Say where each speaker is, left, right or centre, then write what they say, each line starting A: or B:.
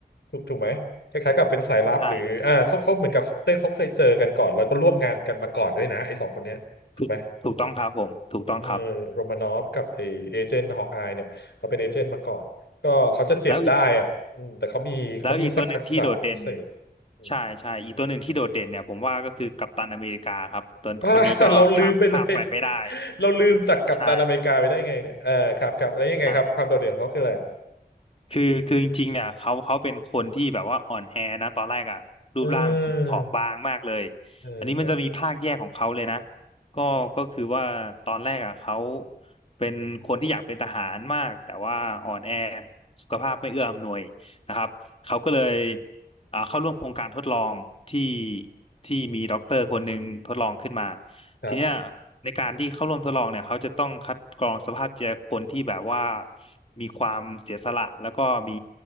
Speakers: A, on the left; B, on the left.
A: ถูกถูกไหมคล้ายๆกับเป็นสายลับหรืออ่าเขาเขาเหมือนกับเคยเขาเคยเจอกันก่อนแล้วก็ร่วมงานกันมาก่อนด้วยนะไอ้สองคนเนี้ยถูกไหม
B: ใช่ถูกถูกต้องครับผม ถูกต้องครับ
A: เออโรมานอฟกับไอเอเจนต์ฮอกอายเนี่ยเขาเป็นเอเจนต์มาก่อนก็เขาจะเจ็บได้อ่ะอืมแต่เขามีเขามีสักทักษะพิเศษ
B: แล้วอีกแล้วอีกตัวหนึ่งที่โดดเด่น
A: อืม
B: ใช่ใช่ อีกตัวหนึ่งที่โดดเด่นเนี่ย ผมว่าก็คือกัปตันอเมริกาครับ
A: <laughs>
B: ตัวคนนี้ก็ข้ามข้ามไปไม่ได้
A: อ่า <laughs> เราลืมไปเลย <laughs> เราลืมจากกัปตันอเมริกาไปได้ไงเนี่ยเออครับครับแล้วยังไงครับความโดดเด่นของเขาคืออะไรอะ
B: ใช่ใช่ คือคือจริงๆเนี่ยเขาเขาเป็นคนที่แบบว่าอ่อนแอนะตอนแรกอะรูปร่างผอมบางมากเลย
A: เออเออครับ
B: อันนี้มันจะมีภาคแยกของเขาเลยนะก็ก็คือว่าตอนแรกอะเขาเป็นคนที่อยากเป็นทหารมากแต่ว่าอ่อนแอสุขภาพไม่เอื้ออำนวยนะครับเขาก็เลยอ่าเข้าร่วมโครงการทดลองที่ที่มีด็อกเตอร์คนหนึ่งทดลองขึ้นมา
A: ครับ
B: ทีเนี้ยในการที่เข้าร่วมทดลองเนี่ยเขาจะต้องคัดกรองสภาพจิตใจคนที่แบบว่ามีความเสียสละแล้วก็มี